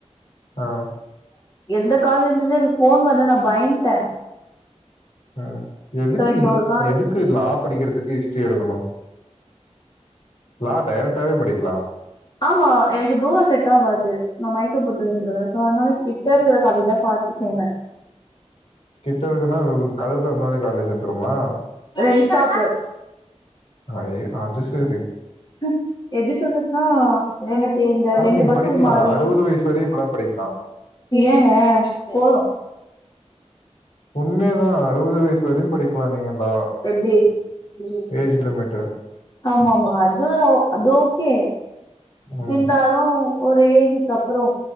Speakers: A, on the left; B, on the left.
A: ஆ,
B: எந்த காலேஜ்ல இருந்தே எனக்கு ஃபோன் வர்ல நா பயுந்ட்டேன்
A: அ எதுக்கு
B: சோ இந்த
A: இஸ்ட்
B: ஒரு கா
A: எதுக்கு லா படிக்கிறதுக்கு ஹிஸ்ட்ரி எடுக்கனும் லா டைரக்டாவே படிக்கலாம்
B: ஆமா எனக்கு தூரம் செட்டா ஆவாது நா மயக்க போட்டு விழுந்துருவேன் சோ அதனால கிட்ட இருக்கிற காலேஜ்தான் ப டிச்சேங்க
A: கிட்ட இருக்குன்னா கதவு தொறந்தாலே காலேஜ் வந்துருமா
B: ரெண்டு ஸ்டாப்பு
A: ஐயோ! அது சரி.
B: ம் எப்டி சொல்றதுனா எனக்கு இந்த
A: ஆனா
B: ரெண்டு
A: நீங்க
B: பஸும்
A: படிக்கலாம்.
B: மாறி
A: வயசு வரையும் இப்பலாம் படிக்கலாம்.
B: ஏங்க போதும்
A: உண்மையாதான் அறுவது வயசு வரையும் படிக்கலாம் நீங்க லா
B: எப்டி ம்
A: ஏஜ் லிமிட்டு
B: ஆமா ஆமா அது அது ஓகே
A: ம்.
B: இருந்தா லும் ஒரு ஏஜ்க்கு அப்புறோ